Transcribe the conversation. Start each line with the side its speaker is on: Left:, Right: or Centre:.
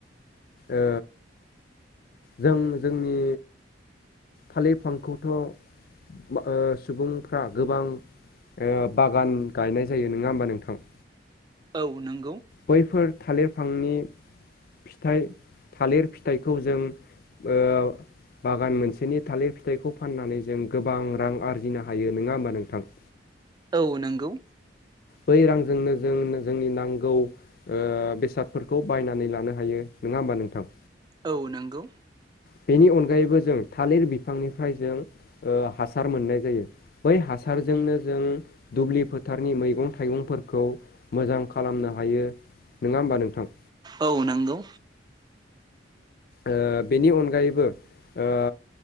Left: ओ जों जोंनि थालिर बिफांखौथ' ओ सुबुंफ्रा गोबां ओ बागान गायनाय जायो नङा होमबा नोंथां?
Right: औ नंगौ।
Left: बैफोर थालिर बिफांनि फिथाइ थालिर फिथाइखौ जों ओ बागान मोनसेनि थालिर फिथाइखौ फाननानै जों गोबां रां आरजिनो हायो नङा होमबा नोंथां?
Right: औ नंगौ।
Left: बै रांजोंनो जों जोंनि नांगौ ओ बेसादफोरखौ बायनानै लानो हायो नङा होमबा नोंथां।
Right: औ नोंगौ।
Left: बेनि अनगायैबो जों थालिर बिफांनिफ्राय जों हासार ओ मोननाय जायो। बै हासारजोंनो जों दुब्लि फोथारनि मैगं थाइगंफोरखौ मोजां खालामनो हायो नङा होमबा नोंथां।
Right: औ नंगौ।
Left: ओ बेनि अनगायैबो ओ